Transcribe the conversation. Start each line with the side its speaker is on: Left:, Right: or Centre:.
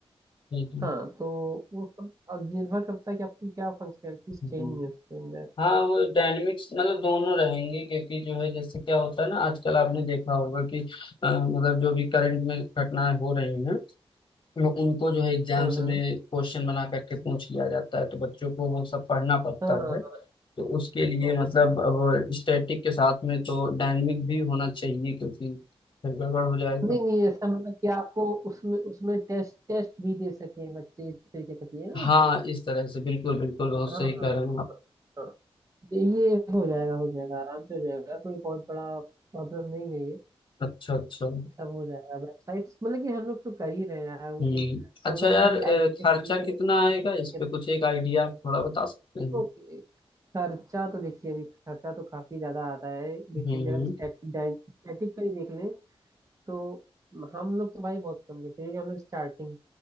Left: ठीक है
Right: हाँ तो वो सब अब निर्भर करता है कि आपको क्या फंक्शनैलिटीज
Left: हम्म।
Right: चाहिए उसके अंदर
Left: हाँ वो डायनेमिक्स मतलब दोनों रहेंगे क्योंकि जो है जैसे क्या होता है ना आजकल आपने देखा होगा कि अ, मतलब जो भी करंट में घटनाएं हो रही हैं लो- उनको जो है एग्जाम्स
Right: हाँ हाँ
Left: में क्वेश्चन बना करके पूछ लिया जाता है तो बच्चों को वो सब पढ़ना पड़ता
Right: हाँ
Left: है तो उसके लिए
Right: ओके
Left: मतलब अब स्टैटिक के साथ में तो डायनेमिक भी होना चाहिए क्योंकि फिर गड़बड़ हो जाएगा
Right: नहीं नहीं ऐसा मतलब कि आपको उसमें उसमें टेस्ट टेस्ट भी दे सके बच्चे इस तरीके का चाहिए ना
Left: हाँ
Right: आपको
Left: इस तरह से बिल्कुल बिल्कुल बहुत
Right: हाँ
Left: सही
Right: हाँ
Left: कह रहे हैं आप
Right: हाँ हाँ ये ये हो जाएगा हो जाएगा आराम से हो जाएगा कोई बहुत बड़ा प्रॉब्लम नहीं है ये
Left: अच्छा अच्छा
Right: ये सब हो जाएगा वेबसाइट्स मतलब कि हम लोग तो कर ही रहे हैं यार वो
Left: हम्म
Right: चीज हम
Left: अच्छा
Right: लोग
Left: यार
Right: मतलब
Left: अ,
Right: कि आईटी के
Left: खर्चा
Right: फील्ड के
Left: कितना
Right: responsibility
Left: आएगा इस पे कुछ एक आइडिया थोड़ा बता सकते हैं
Right: तो खर्चा तो देखिए अभी खर्चा तो काफी ज्यादा आता है बेसिकली
Left: हम्म
Right: अगर स्टैटिक स्टैटिक का ही देख लें तो हम लोग तो भाई बहुत कम लेते हैं क्योंकि हम लोग स्टार्टिंग